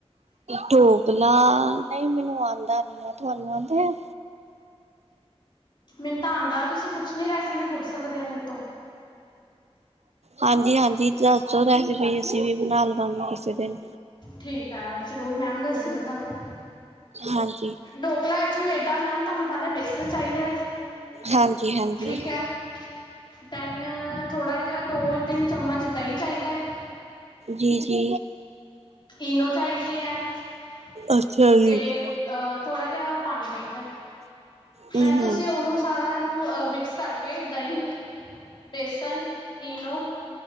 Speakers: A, on the right; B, on the left.
A: ਢੋਕਲਾ, ਨਹੀਂ ਮੈਨੂੰ ਆਂਦਾ ਨੀ ਆ। ਤੁਹਾਨੂੰ ਆਂਦਾ?
B: ਮੀਨ ਤਾਂ ਆਂਦਾ, ਤੁਸੀਂ ਪੁੱਛਣੀ ਰੈਸੀਪੀ ਪੁੱਛ ਸਕਦੇ ਹਾਂ, ਮੇਰੇ ਤੋਂ।
A: ਹਾਂਜੀ-ਹਾਂਜੀ, ਦੱਸਦੋ ਰੈਸੀਪੀ। ਅਸੀ ਵੀ ਬਣਾ ਲਵਾਂਗੇ ਕਿਸੇ ਦਿਨ।
B: ਠੀਕ ਐ, ਜ਼ਰੂਰ ਮੈਮ ਦੱਸਦੀ ''ਮੈਂ ਤੁਹਾਨੂੰ।
A: ਹਾਂਜੀ।
B: ਢੋਕਲਾ ਐੱਕਚੁਲੀ ਇਹਦਾ ਮੈਮ, ਤੁਹਾਨੂੰ ਪਹਿਲੇ ਬੇਸਣ ਚਾਹੀਦੈ।
A: ਹਾਂਜੀ ਹਾਂਜੀ
B: ਠੀਕ ਐ। ਦੈਨ ਥੋੜਾ ਜਿਹਾ, ਦੋ-ਤਿੰਨ ਚੱਮਚ ਦਹੀਂ ਚਾਹੀਦਾ।
A: ਜੀ ਜੀ।
B: ਇਨੋ ਚਾਹੀਦੀ ਹੈ ਅਤੇ
A: ਅੱਛਾ ਜੀ
B: ਥੋੜ੍ਹਾ ਜਿਹਾ ਪਾਣੀ ਚਾਹੀਦਾ।
A: ਹੂੰ
B: ਮੈਮ ਤੁਸੀਂ
A: ਹੂੰ
B: ਉਹਨੂੰ ਸਾਰਾ ਨੂੰ ਮਿਕਸ ਕਰਕੇ ਦਹੀਂ। ਬੇਸਨ ਇਨੋ।